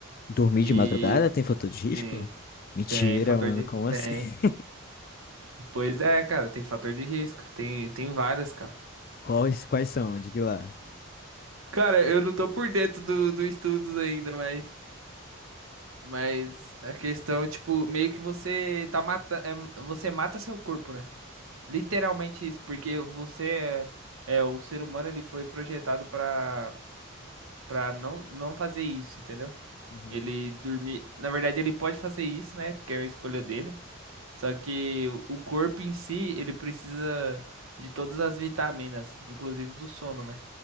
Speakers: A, on the left (about 45°); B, on the right (about 75°).
A: Dormir
B: E
A: de madrugada tem fator de risco?
B: sim,
A: Mentira,
B: tem fator
A: mano,
B: de
A: como
B: tem.
A: assim?
B: Pois é, cara, tem fator de risco, tem tem várias, cara.
A: <laughs> Quais, quais são? Diga lá.
B: Cara, eu não tô por dentro do, do estudos ainda, mas mas a questão, tipo, meio que você tá mata, é, você mata seu corpo, né? Literalmente isso, porque você é, é o ser humano, ele foi projetado pra para não não fazer isso, entendeu?
A: Uhum.
B: Ele dormir. Na verdade, ele pode fazer isso, né? Porque é a escolha dele. Só que o corpo em si, ele precisa de todas as vitaminas, inclusive do sono, né?